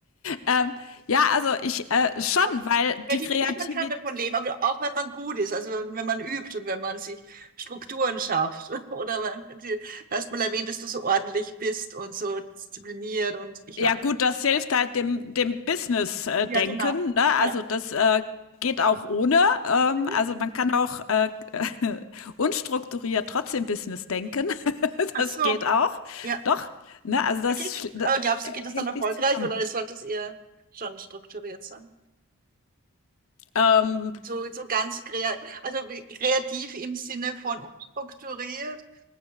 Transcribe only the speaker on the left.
Ähm, ja, also ich äh, schon,
weil die
Kreativität
Ja
gut, das hilft halt dem dem Business-Denken,
ne?
Also das äh, geht auch ohne. Ähm,
also man kann auch äh, <laughs> unstrukturiert trotzdem Business denken. <laughs>
das
geht auch.
Doch, ne? Also das,
sch-
hängt
nicht zusammen.
Ähm,